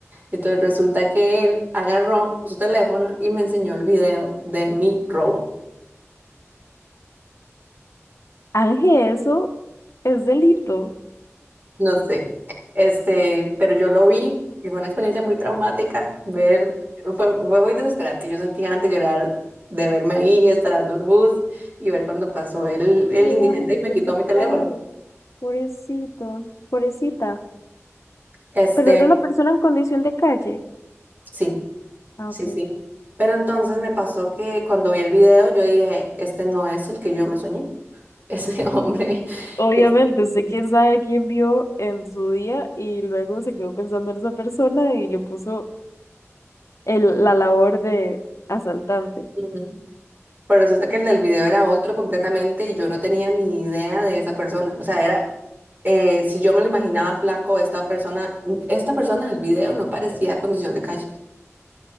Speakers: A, on the right (about 40°); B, on the left (about 80°).
A: Entonces resulta que él agarró su teléfono y me enseñó el video de mi robo.
B: Ángel, eso es delito.
A: No sé. Este, pero yo lo vi y fue una experiencia muy traumática. Ver, fue, fue muy desesperante. Yo sentí ganas de llorar de verme ahí esperando el bus y ver cuando pasó el, el
B: Ay,
A: indigente
B: Ángel,
A: y me
B: qué
A: quitó
B: pecado.
A: mi teléfono.
B: Pobrecito, pobrecita.
A: Este,
B: Pero era una persona en condición de calle.
A: sí,
B: Ah,
A: sí,
B: ok.
A: sí. Pero entonces me pasó que cuando vi el video yo dije, este no es el que yo me soñé. <laughs> Ese hombre
B: Obviamente,
A: es-
B: usted quién sabe a quién vio en su día y luego se quedó pensando en esa persona y le puso el, la labor de asaltante.
A: Ujú. Pero resulta que el del video era otro completamente y yo no tenía ni idea de esa persona. O sea, era, eh, si yo me lo imaginaba flaco, esta persona, esta persona del video no parecía condición de calle.